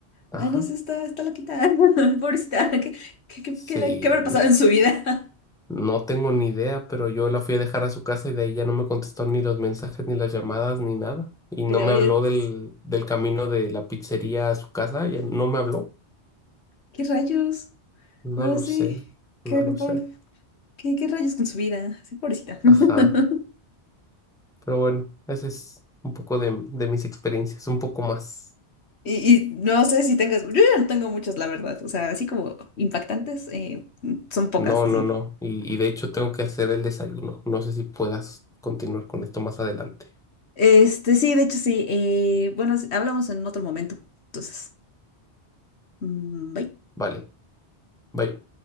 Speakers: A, in the centre; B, on the left.
A: Ajá.
B: Ay, no sé, está, está loquita. <laughs> Pobrecita, ¿qué, qué, qué,
A: Sí,
B: qué le- qué habrá pasado en su vida?
A: no tengo ni idea, pero yo la fui a dejar a su casa y de ahí ya no me contestó ni los mensajes, ni las llamadas, ni nada.
B: <laughs>
A: Y no
B: De,
A: me
B: oye,
A: habló del,
B: pues,
A: del camino de la pizzería a su casa, ya no me habló.
B: ¿qué rayos?
A: No
B: No,
A: lo
B: sí.
A: sé,
B: ¿Qué,
A: no lo
B: qué, por-
A: sé.
B: qué- qué rayos con su vida? Sí, pobrecita. <laughs>
A: Ajá, pero bueno, ese es un poco de, de mis experiencias, un poco más.
B: Y, y no sé si tengas, yo ya no tengo muchas, la verdad. O sea, así como impactantes, eh, son pocas,
A: No,
B: así.
A: no, no. Y, y de hecho tengo que hacer el desayuno. No sé si puedas continuar con esto más adelante.
B: Este, sí, de hecho, sí. eh, bueno, sí, hablamos en otro momento. Entonces, mm, bye.
A: Vale. Bye.